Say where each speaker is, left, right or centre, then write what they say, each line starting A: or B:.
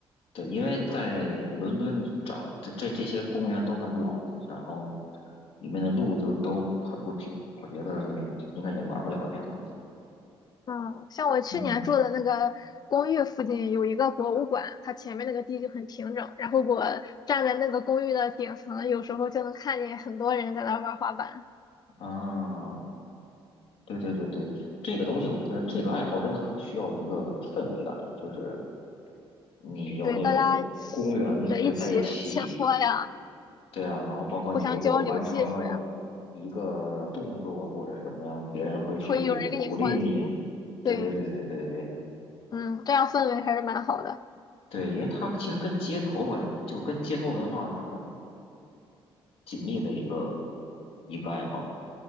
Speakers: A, on the left; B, on the left.
A: 对，因为在伦敦你找这这这些公园都很老嘛，
B: 嗯。
A: 然后里面的路就都很不平，我觉得应该也玩不了这些东西。
B: 嗯，像我去年住的那个公寓附近有一个博物馆，
A: 嗯
B: 它前面那个地就很平整，然后我站在那个公寓的顶层，有时候就能看见很多人在那玩滑板。
A: 啊。对对对对，这个东西我觉得这个爱好真的很需要一个氛围感，就是你有那种公园对在一起，
B: 对，大家在一起切磋呀，
A: 对啊，然后包括你如果完成了一个动作或者是什么样，
B: 互相交流技术呀，
A: 别人会去鼓励你。
B: 会有人给你欢呼。
A: 对对对对对对
B: 对，嗯，这样氛围还是蛮好的。
A: 对，因为它其实跟街头文就跟街头文化是很紧密的一个一个爱好，